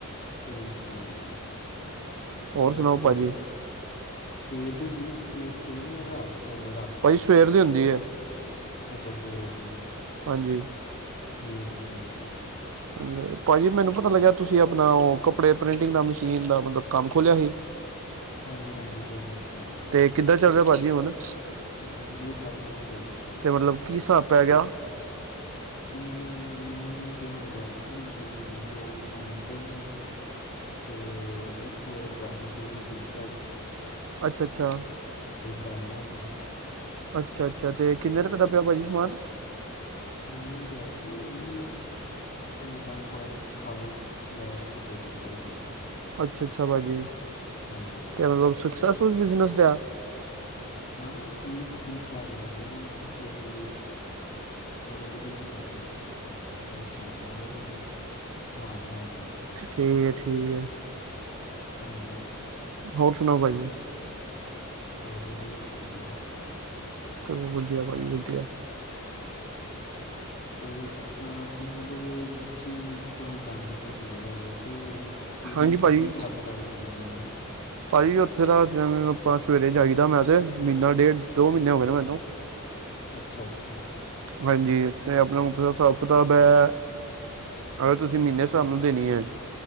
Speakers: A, on the left; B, on the right.
A: ਠੀਕ ਹੈ ਠੀਕ ਹੈ।
B: ਹੋਰ
A: ਅਤੇ
B: ਸੁਣਾਓ
A: ਮਤਲਬ
B: ਭਾਜੀ?
A: ਸਵੇਰ ਦੀ ਹੁੰਦੀ ਟ੍ਰੇਨ ਜਾਂ ਰਾਤ? ਅਤੇ ਉੱਲ <inaudible> ਰਾਤੀ
B: ਭਾਜੀ ਸਵੇਰ ਦੀ ਹੁੰਦੀ ਹੈ
A: ਜ ਸਵੇਰ ਦੀ।
B: ਹਾਂਜੀ
A: ਠੀਕ ਹੈ ਠੀਕ ਹੈ।
B: ਹਾਂਜੀ ਭਾਜੀ ਭਾਜੀ ਮੈਨੂੰ ਪਤਾ ਲੱਗਿਆ ਤੁਸੀਂ ਆਪਣਾ ਉਹ ਕੱਪੜੇ ਪ੍ਰਿੰਟਿੰਗ ਦਾ ਮਸ਼ੀਨ ਦਾ ਮਤਲਬ ਕੰਮ ਖੋਲਿਆ ਸੀ।
A: ਹਾਂਜੀ ਹਾਂਜੀ ਬਸ ਤੁਸੀ ਸੁਣਾਓ ਜੀ।
B: ਤੇ ਕਿੱਦਾਂ ਚੱਲ ਰਿਹਾ ਭਾਜੀ ਹੁਣ
A: ਜੀ ਵਧੀਆ ਚੱਲ ਰਿਹਾ ਜੀ ਵਧੀਆ।
B: ਤੇ ਮਤਲਬ ਕੀ ਹਿਸਾਬ ਪੈ ਗਿਆ।
A: ਕਿ ਮਤਲਬ ਮੈਨੂੰ ਅਗੇ ਪਏ ਹੋਏ ਸੀ ਮਸ਼ੀਨ ਸੀ ਦੋ ਪ੍ਰਿੰਟਰ ਸੀ। ਤੇ ਇੱਕ ਪ੍ਰੈਸ ਸੀ ਹੀਟਿੰਗ ਪ੍ਰੈਸ।
B: ਅੱਛਾ ਅੱਛਾ।
A: ਦਾਈਆਂ ਸੀ।
B: ਅੱਛਾ ਅੱਛਾ ਤੇ ਕਿੰਨੇ ਰੁਪਏ ਦਾ ਪਿਆ ਭਾਜੀ ਸਮਾਨ?
A: ਸੁਣਾ ਹੁ ਪਿਆ ਸੀ ਆਈ <inaudible> ਵਨ ਪੁਆਇੰਟ ਫਾਈਵ ਲੈਖ ਕੇ ਚੱਲੇ ਅਸੀ।
B: ਅੱਛਾ ਅੱਛਾ ਭਾਜੀ।
A: ਹਾਂਜੀ ਹਾਂਜੀ।
B: ਤੇ ਮਤਲਬ ਸਕਸੈਸਫੁਲ ਬਿਜਨਸ ਦੇ ਆ।
A: ਹਾਂ ਠੀਕ ਠੀਕ ਠਾਕ ਬੋਲੇ ਨਾ ਤੁਸੀਂ। ਮਤਲਬ ਵਧੀਆ ਕਮਾ ਸਕਦੇ ਹੋ। ਅੱਛਾ ਦਾ ਫਿਰ ਤੁਸੀਂ ਹਾਂ ਹਾਂਜੀ।
B: ਠੀਕ ਹੈ ਠੀਕ ਹੈ।
A: ਹਾਂਜੀ ਹਾਂਜੀ।
B: ਹੋਰ ਸੁਣਾਓ ਭਾਜੀ?
A: ਵਧੀਆ ਜ ਵਧੀਆ।
B: ਚਲੋ ਵਧੀਆ ਭਾਈ ਵਧੀਆ।
A: ਤੇ ਆਪਣਾ ਤੁਸੀਂ ਮਤਲਬ ਜੇ ਜਾਂਦੇ ਹੋ ਮੈਂ ਸੁਣਿਆ ਕਿ ਤੇ ਕਿਵੇਂ
B: ਹਾਂਜੀ ਭਾਜੀ
A: ਕੀ ਹਿਸਾਬ ਕਿਤਾਬ ਹੈ ਤੁਹਾਡੀ ਜੀਨ ਦਾ।
B: ਭਾਜੀ ਉੱਥੇ ਤਾਂ ਆਪਾਂ ਸਵੇਰੇ ਜਾਈਦਾ ਮੈਂ ਤੇ ਮਹੀਨਾ ਡੇਢ ਦੋ ਮਹੀਨੇ ਹੋ ਗਏ ਨੇ ਮੈਨੂੰ।
A: ਅੱਛਾ ਅੱਛਾ।
B: ਹਾਂਜੀ ਆਪਣਾ ਹਿਸਾਬ ਕਿਤਾਬ ਹੈ। ਅਗਰ ਤੁਸੀਂ ਮਹੀਨੇ ਹਿਸਾਬ ਨਾਲ ਦੇਣੀ ਹੈ।